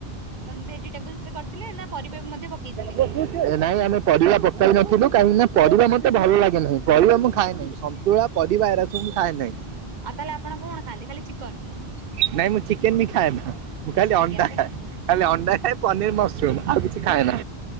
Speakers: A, on the right; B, on the right.
A: ଭେଜିଟେବୁଲ୍ସ୍ ରେ କର ଥିଲେ ନା ପରିବା ବି ମଧ୍ୟ ପକେଇଥିଲେ?
B: ବହୁତ ନାଇଁ ଆମେ ପରିବା ପକାଇ ନଥିଲୁ କାହିଁକି ନା ପରିବା ମତେ ଭଲ ଲାଗେ ନାହିଁ ପରିବା ମୁଁ ଖାଏ ନାହିଁ ସନ୍ତୁଳା ପରିବା ଏରାସବୁ ଖାଏ ନାହିଁ।
A: ଆଉ ତାହେଲେ ଆପଣ କଣ ଖାଆନ୍ତି ଖାଲି ଚିକନ?
B: ନାଇଁ ମୁଁ ଚିକେନ ବି ଖାଏ ନା ମୁଁ ଖାଲି
A: ଆଜ୍ଞା
B: ଅଣ୍ଡା
A: ତ
B: ଖାଏ। ଖାଲି ଅଣ୍ଡା ଖାଏ ପନିର ମସରୁମ ଆଉ କିଛି ଖାଏ ନା।